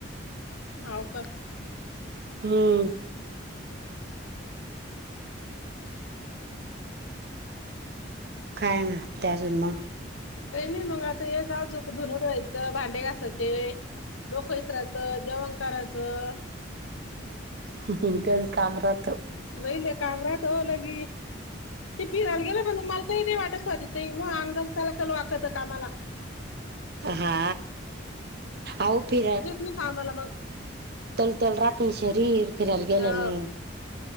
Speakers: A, on the left; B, on the right.
A: हाव का.
B: हम्म. कााय मंता अजून मग.
A: काही नाही मग आता हेस आजूक धुन जायचं भांडे घासाचे. डोकैचरायचं जेवण करायचं.
B: हम्म हा त्या काम राात.
A: वहिले काम राात होलंगी ते फिरायला गेला म्हण माल. नाही वाटतवाजित मग अंगणथला कलू आकत आम्हाला.
B: हा आ फिरा.
A: म कामला मग.
B: तलतल राहात शेरी फिरायला गेल्या
A: हा
B: न